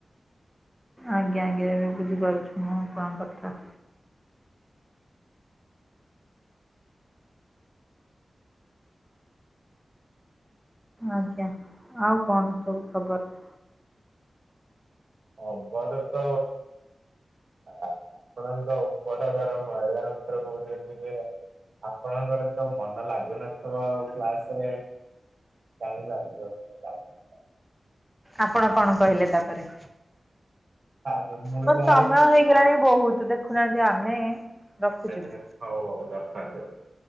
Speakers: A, in the centre; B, on the right.
A: ଆଜ୍ଞା ଆଜ୍ଞା ଏବେ ବୁଝିପାରୁଛୁ ମୁଁ ଆପଣଙ୍କ କଥା। ଆଜ୍ଞା ଆଉ କଣ ସବୁ ଖବର।
B: ଖବର ତ। ଆପଣଙ୍କ ଉପର ଘର ମହିଳା ମିତ୍ର କହୁଛନ୍ତି ଯେ। ଆପଣଙ୍କର ତ ମନ ଲାଗୁନଥିବ ଆଉ କ୍ଲାସ ରେ। ଟାଇମ ଲାଗିବ ଟାଇମ୍ ଲାଗୁ।
A: ଆପଣ କଣ କହିଲେ ତାପରେ।
B: ତା ପରେ ମୁଁ। କହିଲି
A: ତ ସମୟ
B: ଆରେ କିଛି
A: ହେଇଗଲାଣି ବହୁତ ଦେଖୁନାହାନ୍ତି ଆମେ। ରଖୁଛୁ।
B: ଆରେ ହଉ ହଉ <unintelligible>